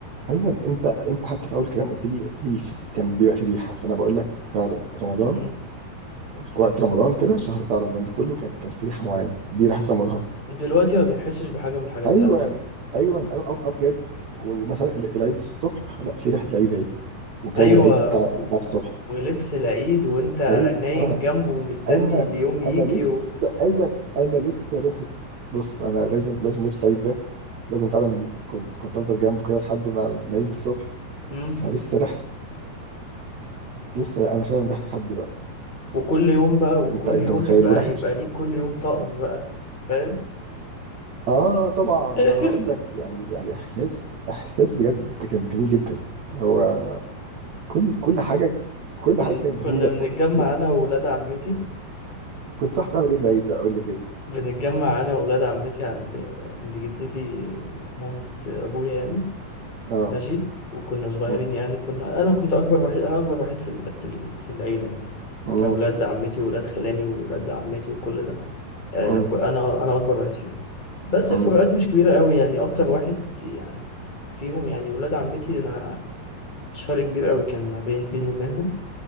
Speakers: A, on the right; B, on the left.
A: ايوه انت انت حتى في اول الكلام قلت لي قلت لي ف- كان بيبقى في ريحه فانا بقول لك فعلا رمضان
B: مم.
A: وقت رمضان كده الشهر بتاع رمضان ده كله كان كان في ريحه معينه دي ريحه رمضان
B: دلوقتي ما بنحسش بحاجه من الحاجات
A: ايوه
B: دي على فكره
A: ايوه أب- أب- ابجد ومثلا ال- العيد الصبح لا في ريحه العيد اهي والجو
B: ايوه
A: العيد بتاع
B: و-
A: بتاع
B: و-
A: الصبح
B: ولبس العيد وانت
A: ايوه
B: نايم جنبه ومستني
A: انا
B: اليوم يجي
A: انا لسه
B: و...
A: ايوه انا لسه ريحه بص انا لازم لازم لبس العيد ده لازم فعلا كنت كنت افضل جنبه كده لحد ما ما يجي الصبح
B: مم.
A: فلسه ريحه لسه انا شامم ريحته لحد دلوقتي
B: وكل يوم بقى وكل
A: انت انت
B: يوم
A: متخيل
B: يبقى
A: وريحه
B: يبقى ليك كل يوم طقم بقى فاهم
A: اه طبعا ما
B: <laughs>
A: هقول لك يعني يعني احساس احساس بجد كان جميل جدا هو كل كل حاجه كل
B: كن...
A: حاجه كانت
B: كنا
A: جميله في
B: بنتجمع
A: وقت كل-
B: انا وولاد عمتي
A: كنت صاحب بتعمل ايه في العيد بقى قول لي كده
B: بنتجمع انا وولاد عمتي عند عند جدتي مامة ابويا يعني
A: اه
B: ماشي وكنا صغيرين
A: م-
B: يعني كنا انا كنت اكبر وحيد انا اكبر وحيد في ال... في ال... في العيلة يعني
A: م-
B: كأولاد عمتي وولاد خلاني وولاد عمتي وكل ده آه،
A: م-
B: كو- انا انا اكبر واحد فيهم بس
A: م-
B: الفروقات مش كبيره قوي يعني اكتر واحد يعني فيهم يعني ولاد عمتي انا مش فرق كبير قوي كان ما بين بيني وبينهم